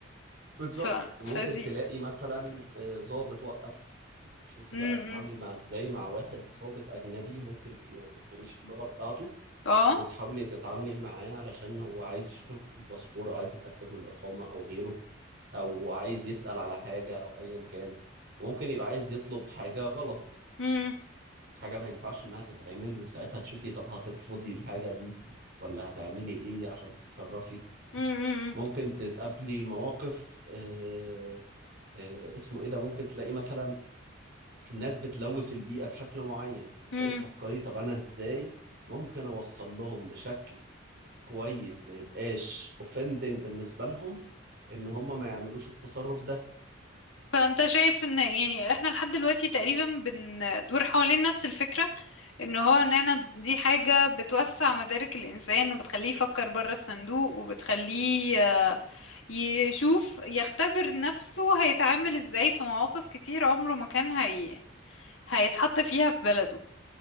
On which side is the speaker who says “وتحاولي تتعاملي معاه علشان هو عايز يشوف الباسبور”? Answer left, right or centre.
Right